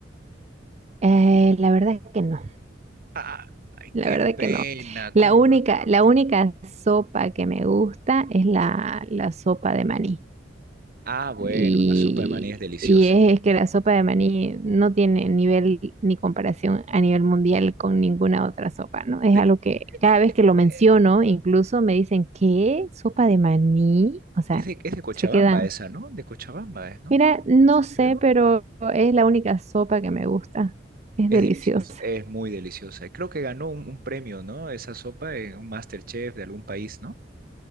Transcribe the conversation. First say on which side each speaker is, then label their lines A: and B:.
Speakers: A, on the right; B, on the right.
A: Eh, la verdad que no,
B: Ah, Ay,
A: la
B: qué
A: verdad
B: pena,
A: que no. La
B: ¿cómo
A: única,
B: no te va a
A: la
B: gustar?
A: única sopa que me gusta es la, la sopa de maní.
B: Ah, bueno,
A: Y,
B: la sopa de maní es deliciosa.
A: y es, es que la sopa de maní no tiene nivel ni comparación a nivel mundial con ninguna otra sopa, ¿no? Es
B: Pe-
A: algo que cada vez que lo menciono,
B: eh,
A: incluso me dicen, ¿qué? ¿Sopa de maní? O sea,
B: es de, es de Cochabamba
A: se quedan.
B: esa, ¿no? De Cochabamba es, ¿no?
A: Mira,
B: Que
A: no
B: que se
A: sé,
B: creó.
A: pero es la única sopa que me gusta. Es
B: Es
A: deliciosa.
B: deliciosa, es muy deliciosa. Y Creo que ganó un, un premio, ¿no? Esa sopa, en un MasterChef de algún país, ¿no?